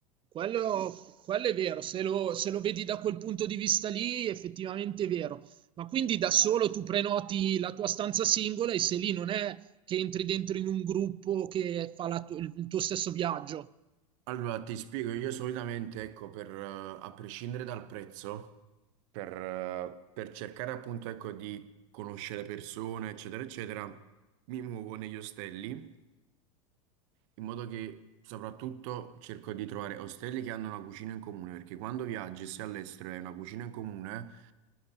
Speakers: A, on the right; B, on the right.
A: quello, quello è vero, se lo, se lo vedi da quel punto di vista lì, effettivamente è vero. Ma quindi da solo tu prenoti la tua stanza singola e se lì non è che entri dentro in un gruppo che fa la tu- il tuo stesso viaggio.
B: Allora, ti spiego, io solitamente, ecco, per, eh, a prescindere dal prezzo, per, eh, per cercare appunto, ecco, di conoscere persone, eccetera, eccetera, mi muovo negli ostelli in modo che soprattutto cerco di trovare ostelli che hanno una cucina in comune, perché quando viaggi e sei all'estero e hai una cucina in comune,